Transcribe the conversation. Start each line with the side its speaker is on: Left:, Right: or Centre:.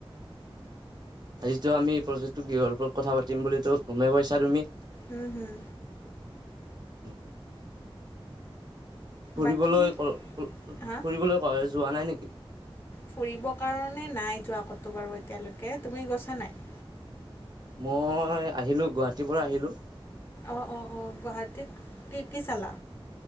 Right: আজিটো আমি প্ৰজেক্টো গৃহৰ ওপৰত কথা পাতিম বুলিতো গমেই পাইছা তুমি
Left: উম হুম
Right: হম ফুৰিবলৈ
Left: বাকী
Right: ক ক ফুৰিবলৈ
Left: হা
Right: কলো যোৱা নাই নেকি?
Left: ফুৰিবৰ কাৰণে নাই যোৱা ক'তো বাৰু এতিয়ালৈকে তুমি গৈছা নাই
Right: মই আহিলো গুৱাহাটীৰ পৰা আহিলো।
Left: অ অ অ গুৱাহাটীত কি কি চালা?